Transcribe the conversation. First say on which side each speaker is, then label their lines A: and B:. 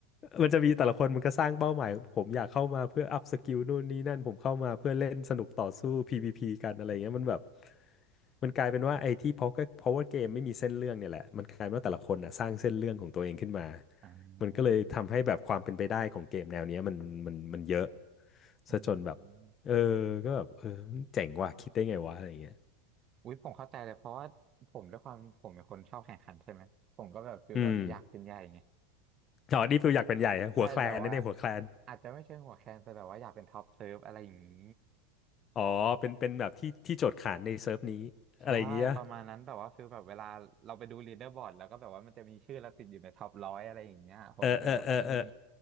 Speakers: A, on the left; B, on the right.
A: มันจะมีแต่ละคนมันก็สร้างเป้าหมายผมอยากเข้ามาเพื่ออัพสกิลนู่นนี่นั่นผมเข้ามาเพื่อเล่นสนุกต่อสู้ PVP กันอะไรเงี้ยมันแบบมันกลายเป็นว่าไอ้ที่เพราะก็เพราะว่าเกมไม่มีเส้นเรื่องเนี่ยแหละมันกลายเป็นว่าแต่ละคนอ่ะสร้างเส้นเรื่องของตัวเองขึ้นมา
B: อ่า
A: มันก็เลยทำให้แบบความเป็นไปได้ของเกมแนวเนี้ยมันมันมันเยอะ
B: เออ
A: ซะจนแบบเออก็แบบเออเจ๋งว่ะคิดได้ไงวะอะไรเงี้ย
B: อุ้ยผมเข้าใจเลยเพราะว่าผมด้วยความผมเป็นคนชอบแข่งขันใช่ไหมผมก็แบบคือแบบอยากเป็นใหญ่ไง
A: อืมอ๋อนี่ฟิลอยากเป็นใหญ่ฮะหัวแคลนนั่นเองหัวแคลน
B: ใช่แบบว่าอาจจะไม่ใช่หัวแคนแต่แบบว่าอยากเป็นท็อปเซิร์ฟอะไรอย่างนี้
A: อ๋อเป็นเป็นแบบที่ที่โจทย์ขานในเซิร์ฟนี้อะไรอย่างเงี้ย
B: ใช่ประมาณนั้นแบบว่าฟิลแบบเวลาเราไปดูลีดเดอร์บอร์ดแล้วก็แบบว่ามันจะมีชื่อเราติดอยู่ในท็อปร้อยอะไรอย่างเงี้ยผมจะเป็นประเภทนี้
A: เออเออเออเออ